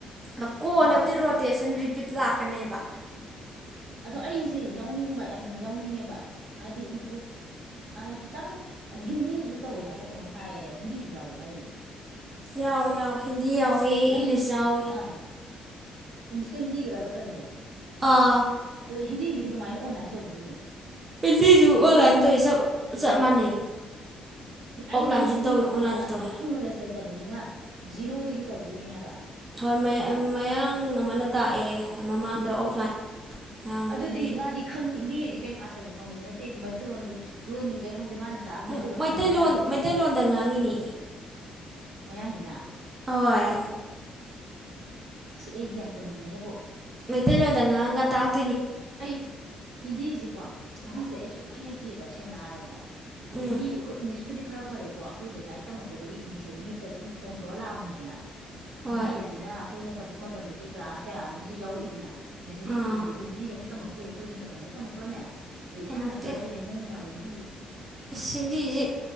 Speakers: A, on the right; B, on the right.
A: ꯑ ꯀꯣꯟꯅꯕꯨꯗꯤ
B: ꯑꯥ
A: ꯔꯣꯇꯦꯁꯟ ꯥꯂꯛ ꯀꯅꯦꯕ
B: ꯑꯗꯣ ꯑꯩꯁꯦ ꯌꯥꯎꯅꯤꯡꯕ ꯌꯥꯝꯅ ꯌꯥꯎꯅꯤꯡꯉꯦꯕ ꯍꯥꯏꯗꯤ ꯏꯝꯄ꯭ꯔꯨꯨꯞ ꯍꯥꯏꯗꯤ ꯈꯤꯇꯪ ꯑꯗ ꯍꯤꯟꯗꯤꯁꯨ ꯇꯧꯋꯦ ꯍꯥꯏꯕ ꯀꯩꯅꯣꯝ ꯍꯥꯏ ꯍꯤꯟꯗꯤꯁꯨ ꯌꯥꯎꯋꯦ ꯍꯥꯏꯔꯤꯅꯦ
A: ꯌꯥꯎꯋꯦ ꯌꯥꯎꯋꯦ ꯍꯤꯟꯗꯤ ꯌꯥꯎꯋꯤ
B: ꯑꯩ
A: ꯏꯪꯂꯤꯁ ꯌꯥꯎꯋꯤ
B: ꯑꯥ ꯏꯪꯂꯤꯁ ꯀ ꯍꯤꯟꯗꯤ ꯒꯔꯕ ꯇꯣꯏꯦꯁ‌ꯦ
A: ꯑꯥ
B: ꯑꯗ ꯍꯤꯟꯗꯤꯒꯤꯗꯤ ꯀꯃꯥꯏꯅ ꯑꯣꯟꯂꯥꯏꯟ ꯇꯧꯗꯣꯏꯅꯣ
A: ꯍꯤꯟꯗꯤꯁꯨꯨ
B: ꯍꯤꯟꯗꯤꯒꯤꯁꯨ
A: ꯑꯣꯟꯂꯥꯏꯟ
B: ꯑꯗꯨꯝ
A: ꯇꯧꯋ‌ꯦ ꯆꯞ ꯆꯞ ꯃꯥꯟꯅꯩ ꯑꯣꯐꯂꯥꯏꯟꯁꯨ
B: ꯑꯩꯗꯤ ꯍꯤꯟꯗꯤꯒꯤꯗꯤ
A: ꯇꯧꯋꯤ ꯑꯣꯟꯂꯥꯏꯟꯁꯨ
B: ꯀꯔꯤꯝ
A: ꯇꯧꯋꯤ
B: ꯅꯣꯂꯦꯖ ꯂꯩꯇ‌ꯦ ꯇꯕꯅꯤꯅ ꯖꯤꯔꯣꯗꯒꯤ ꯇꯧꯗꯣꯏꯅꯤ ꯍꯥꯏꯕ
A: ꯍꯣꯏ ꯃꯌꯥꯡ ꯑꯃꯅ ꯇꯥꯛꯑꯦ ꯃꯃꯥꯡꯗ ꯑꯣꯐꯂꯥꯏꯟ ꯃꯌꯥꯡ
B: ꯑꯗꯨꯗꯤ
A: ꯅꯨꯄꯤ
B: ꯃꯥꯗꯤ ꯍꯤꯟꯗꯤ ꯍꯧꯖꯤꯛ ꯀꯩꯝ ꯑꯥꯊꯔꯁꯨ ꯈꯪꯕꯁꯨ ꯅꯠꯇꯦ ꯃꯩꯇꯩꯔꯣꯟꯁꯨ ꯂ‌ꯣꯟꯁꯨ ꯈꯪꯗꯦ ꯃꯥꯅ ꯇꯥꯛꯑꯒ ꯃꯩꯇꯩꯔꯣꯟꯗ
A: ꯎꯝ, ꯃꯩꯇꯩꯂꯣꯟ
B: ꯍꯟꯕ ꯌꯥꯕ꯭ꯔꯣ
A: ꯃꯩꯇꯩꯂꯣꯟꯗ ꯉꯥꯡꯉꯤꯅꯦ
B: ꯃꯌꯥꯡꯁꯤꯅ
A: ꯍꯣꯏ
B: ꯑꯁ ꯑꯩꯗꯤ ꯌꯥꯝ ꯇꯝꯅꯤꯡꯉꯦꯕꯣ
A: ꯃꯇꯩꯂ‌ꯣꯟꯗ ꯉꯥꯡꯉꯒ ꯇꯥꯛ
B: ꯑꯩ ꯍꯤꯟꯗꯤꯁꯤꯀꯣ ꯍꯤꯟꯗꯤꯁꯦ ꯑꯩ ꯁꯨꯡꯍꯩ ꯍꯩꯇꯦꯕ ꯁꯦꯡꯅ ꯍꯥꯏꯔꯕꯗ
A: ꯎꯝ
B: ꯍꯤꯟꯗꯤ ꯍ‌ꯣꯏ ꯏꯪꯂꯤꯁ ꯀꯨꯗꯤ ꯈꯔ ꯐꯔꯦꯀꯣ ꯑꯩꯈꯣꯏꯗ ꯂꯥꯏꯔꯤꯛ ꯇꯝꯃꯛꯄꯗꯒꯤ ꯏꯪꯂꯤꯁ ꯍꯥꯏꯗꯤ ꯃꯤꯠꯇ ꯑꯗꯨꯝ ꯆꯣꯡꯊꯣꯔ ꯂꯥꯛꯑꯕꯅꯤꯗꯅ
A: ꯍꯣꯏ
B: ꯍꯤꯟꯗꯤ ꯍꯥꯏꯁꯤꯅ ꯑꯩꯈꯣꯏꯅ ꯇꯝꯕ ꯃꯇꯝꯗꯗꯤ ꯀ꯭ꯂꯥꯁ ꯀꯌꯥꯅ‌ꯣꯝꯗꯩ ꯌꯥꯎꯔꯛꯏꯗꯅ ꯅꯖꯔꯤ
A: ꯑꯥ
B: ꯀꯔꯤꯁꯤꯗꯤ ꯑꯩꯈ‌ꯣꯏ ꯍꯤꯟꯗꯤꯒ ꯇꯝꯃꯛꯇꯦꯕ ꯑꯩꯈꯣꯏꯒꯤ ꯃꯇꯝꯗ ꯇꯝꯃꯛꯄ꯭ꯔꯣꯅꯦ ꯑꯗꯩ
A: ꯇꯝꯃꯛꯇꯦ
B: ꯏꯁꯥꯅ ꯈꯔꯒ ꯌꯥꯝ ꯃꯨꯅꯕ‌ꯩ
A: ꯑꯁ ꯍꯤꯟꯗꯤꯁꯤ